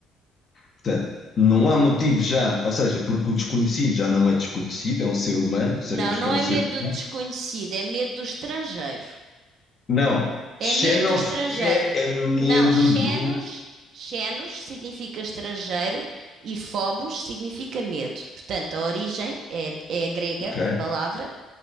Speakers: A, on the left; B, on the right.
A: Portanto, não há motivo já, ou seja, porque o desconhecido já não é desconhecido, é um ser humano, sabemos
B: Não, não
A: que é um
B: é
A: ser
B: medo
A: humano.
B: do desconhecido, é medo do estrangeiro.
A: Não.
B: É
A: Xenofobia
B: medo do estrangeiro.
A: é medo
B: Não, xenos,
A: do.
B: xenos significa estrangeiro e phobos significa medo. Portanto, a origem é, é grega,
A: Ok?
B: a palavra,